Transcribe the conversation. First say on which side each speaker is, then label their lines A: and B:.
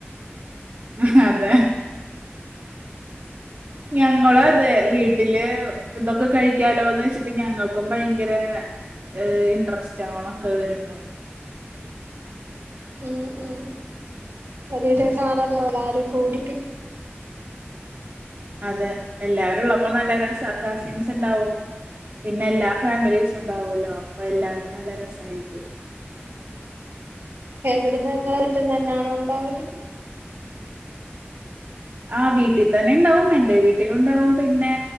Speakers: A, on the right (about 50°); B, on the right (about 75°).
A: ആഹ് അതെ ഞങ്ങളും അതെ വീട്ടില് ഇതൊക്കെ കഴിക്കാലോന്ന് വെച്ചിട്ട് ഞങ്ങക്കും ഭയങ്കര ഏഹ് ഇൻട്രസ്റ്റാ ഓണൊക്കെ വരുമ്പോ
B: ഉം ഉം ഒരു രസാണല്ലോ എല്ലാരും കൂടിട്ട്
A: അതെ എല്ലാവരുള്ളപ്പോ നല്ല രസ കസിൻസ്ണ്ടാവും പിന്നെ എല്ലാ ഫാമിലീസുണ്ടാവുമല്ലോ അപ്പൊ എല്ലാരും നല്ല രസായിരിക്കും
B: എവിടെന്ന ഇങ്ങളെ വീട്ട്ന്നന്നാണോ ഇണ്ടാവല്?
A: ആ വീട്ടി തന്നെണ്ടാവും എൻറെ വീട്ടിലുണ്ടാവും പിന്നെ